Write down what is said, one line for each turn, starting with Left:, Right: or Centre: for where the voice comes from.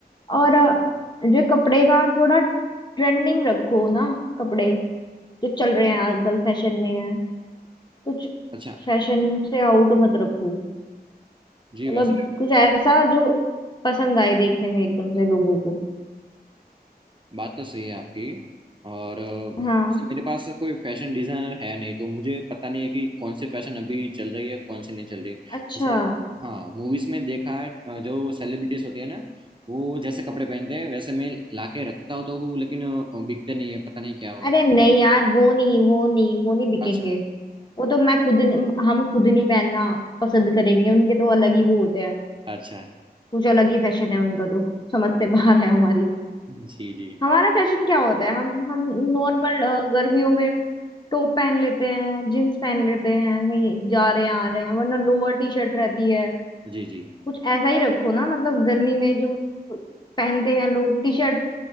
Left: और अ, जो कपड़े का थोड़ा ट्रेंडिंग रखो ना कपड़े जो चल रहे हैं आजकल फैशन में है कुछ
Right: अच्छा
Left: फैशन से आउट मत रखो
Right: जी
Left: मतलब
Right: वैसे
Left: कुछ ऐसा जो पसंद आए देखने में एकदम से लोगों को
Right: बात तो सही है आपकी और अ,
Left: हाँ
Right: वैसे मेरे पास कोई फैशन डिजाइनर है नहीं तो मुझे पता नहीं है कि कौन से फैशन अभी चल रही है कौन से नहीं चल रही जैसे
Left: अच्छा
Right: हाँ मूवीज में देखा है अ, जो सेलिब्रिटीज होती है ना वो जैसे कपड़े पहनते हैं वैसे मैं लाके रखता हूँ तो हूँ लेकिन अ, बिकते नहीं है पता नहीं क्या हो
Left: अरे
Right: रहा
Left: नहीं यार वो नहीं वो नहीं वो नहीं बिकेंगे
Right: है अच्छा
Left: वो तो मैं खुद हम खुद नहीं पहनना पसंद करेंगे उनके तो अलग ही वो होते हैं
Right: अच्छा <laughs>
Left: कुछ अलग ही फैशन है उनका तो समझ से बाहर है हमारी
Right: जी जी
Left: हमारा फैशन क्या होता है हम हम नॉर्मल गर्मियों में टॉप पहन लेते हैं जींस पहन लेते हैं कहीं जा रहे हैं आ रहे हैं वरना लोअर टी शर्ट रहती है
Right: जी जी
Left: कुछ ऐसा ही रखो ना मतलब गर्मी में जो पहनते हैं लोग टी शर्ट